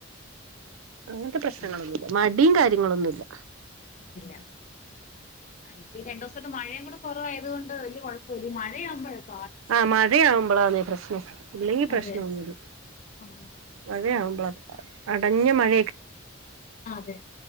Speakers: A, on the right (about 80°); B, on the left (about 40°).
A: അങ്ങനത്തെ പ്രശ്നങ്ങളൊന്നുല്ല
B: ആഹ്
A: മടിയും കാര്യങ്ങളൊന്നുല്ല.
B: ഇല്ല. ആ ഇപ്പ ഈ രണ്ട് ദിവസട്ട് മഴയും കൂടെ കുറവായതു കൊണ്ട് വലിയകൊഴൊപ്പല്ല മഴയാമ്പൊഴാ.
A: ആഹ് മഴയാവുമ്പോളാണ് ഈ പ്രശ്നം. ഇല്ലെങ്കി പ്രശ്നൊന്നുല്ല.
B: അതെ ആഹ്
A: മഴയാവുമ്പളപാട് അടഞ്ഞ മഴയൊക്കെ.
B: അതെ